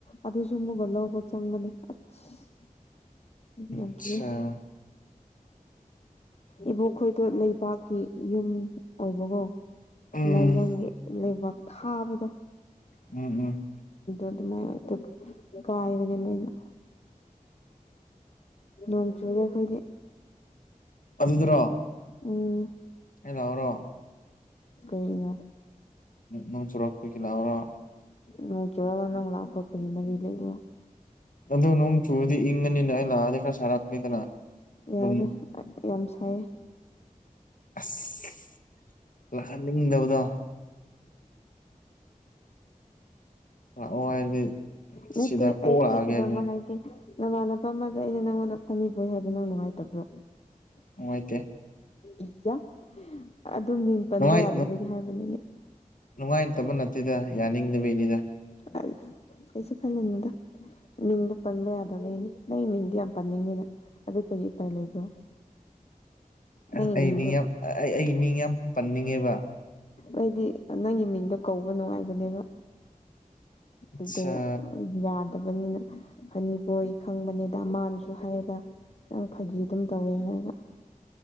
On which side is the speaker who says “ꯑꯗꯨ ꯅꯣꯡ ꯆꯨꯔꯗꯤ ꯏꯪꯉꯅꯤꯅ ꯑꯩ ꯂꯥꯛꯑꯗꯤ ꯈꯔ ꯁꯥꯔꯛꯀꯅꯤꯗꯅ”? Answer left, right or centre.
Left